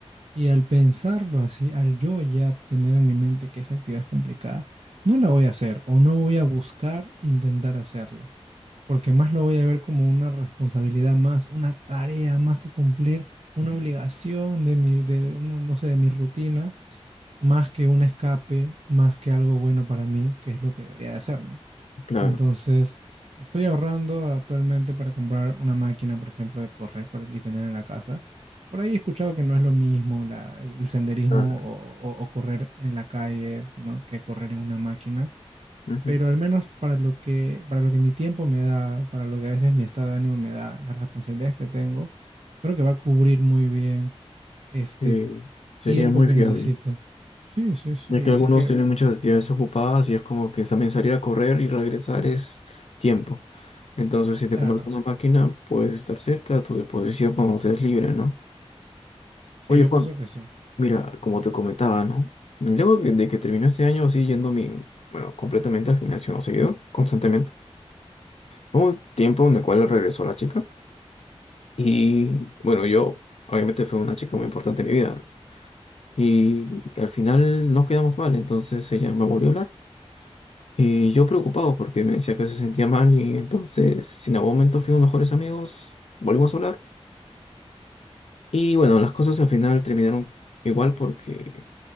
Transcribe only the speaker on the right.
Y al pensarlo así, al yo ya tener en mi mente que esa actividad es complicada, no la voy a hacer o no voy a buscar intentar hacerla, porque más lo voy a ver como una responsabilidad más, una tarea más que cumplir, una obligación de mi, de una- no sé, de mi rutina, más que un escape, más que algo bueno para mí, que es lo que debería de ser, ¿no?
Entonces, estoy ahorrando actualmente para comprar una máquina, por ejemplo, de correr para, y tener en la casa. Por ahí he escuchado que no es lo mismo la- el el senderismo
o, o- o correr en la calle, ¿no? que correr en una máquina.
Pero al menos para lo que, para lo que mi tiempo me da, para lo que a veces mi estado de ánimo me da, las responsabilidades que tengo, creo que va a cubrir muy bien este
tiempo
que
necesito. Sí, sí, sí.
Así que,
claro,
sí,
yo
pienso que sí.
Ujú.